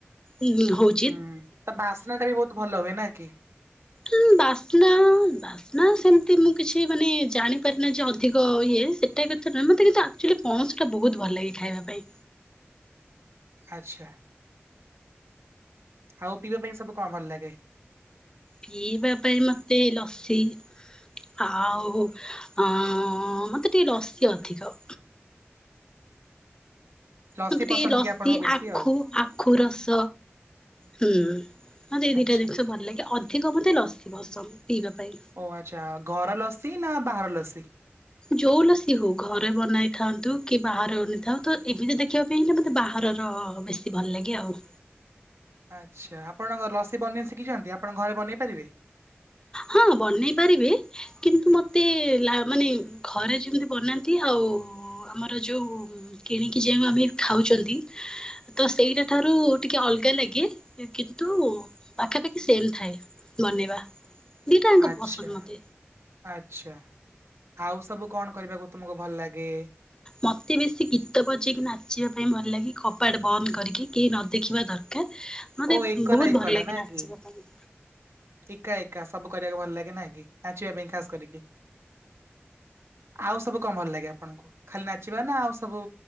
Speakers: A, on the left; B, on the right.
A: ଉ ହଉ
B: ହୁଁ ତାବାସ୍ନାଟାବି ବହୁତ୍ ଭଲ ହୁଏନାକି।
A: ହୁଁ ବାସ୍ନା ବାସ୍ନା ସେମିତି ମୁକିଛି ମାନେ ଜାଣିପାରେନାଯେ ଅଧିକ ଇଏ ସେଟା କଥା ନୁହ ମତେ କିନ୍ତୁ ଆ ଆକ୍ଚୁଆଲି ପଣସଟା ବହୁତ୍ ଭଲ ଲାଗେ ଖାଇବା ପାଇଁ।
B: ଆଚ୍ଛା। ଆଉ ପିଇବା ପାଇଁ ସବୁ କଣ ଭଲ ଲାଗେ?
A: ପିଇବା ପାଇଁ ମତେ ଲସି ଆଉ ଅଁ ମତେ ଟିକେ ଲଶୀ ଅଧିକ।
B: ଲସି
A: ମତ
B: ପସନ୍ଦ
A: ଟିକେ ଲସି
B: ଆପଣଙ୍କ ବେଶୀ
A: ଆଖୁ
B: ଆଉ
A: ଆଖୁ ରସ। ହୁଁ ମତେ ଏଇ
B: ଆଚ୍ଛା
A: ଦିଟା ଜିନିଷ ଭଲ ଲାଗେ ଅଧିକ ମତେ ଲସି ପସନ୍ଦ ପିଇବା ପାଇଁ।
B: ଓ ଆଚ୍ଛା ଘର ଲସିନା ବାହାର ଲସି?
A: ଯୋଉ ଲସି ହଉ ଘରେ ବନେଇଥାନ୍ତୁକି ବାହାରେ ବନେଇଥାଉତ ଏମିତି ଦେଖିବାକୁ ଲେ ମତେ ବାହାରର ବେଶୀ ଭଲ ଲାଗେ ଆଉ।
B: ଆଚ୍ଛା ଆପଣଙ୍କ ଲସି ବନେଇ ଶିଖିଛନ୍ତି ଆପଣ ଘରେ ବନେଇ ପାରିବେ?
A: ହଁ ବନେଇ ପାରିବି। କିନ୍ତୁ ମତେ ଲା ମାନେ ଘରେ ଯେମିତି ବନାନ୍ତି ଆଉ ଆମର ଯୋଉ କିଣିକି ଯାଉ ଆମେ ଖାଉଚନ୍ତି। ତ ସେଇଟା ଠାରୁ ଟିକେ ଅଲଗା ଲାଗେ କିନ୍ତୁ ପାଖାପାଖି ସେମ ଥାଏ। ବନେଇବା। ଦିଟା ଆଙ୍କ
B: ଆଚ୍ଛା।
A: ପସନ୍ଦ ମତେ।
B: ଆଛା ଆଉ ସବୁ କଣ କରିବାକୁ ତୁମକୁ ଭଲ ଲାଗେ?
A: ମତେ ବେଶୀ ଗୀତ ବଜେଇକି ନାଚିବା ପାଇଁ ଭଲ ଲାଗେ କବାଡ ବନ୍ଦ କରିକି କେହିନ ଦେଖିବା ଦରକାର୍ ମତେ
B: ଓ ଏକଲା
A: ବହୁତ୍
B: ଏକଲା
A: ଭଲ ଲାଗେ
B: ନା
A: ନାଚିବା
B: କି
A: ପାଇଁ।
B: ଏକା ଏକା ସବୁ କରିବାକୁ ଭଲ ଲାଗେନାକି ନାଚିବା ପାଇଁ ଖାସ୍ କରିକି। ଆଉ ସବୁ କମ ଭଲ ଲାଗେ ଆପଣଙ୍କୁ? ଖାଲି ନାଚିବାନା ଆଉ ସବୁ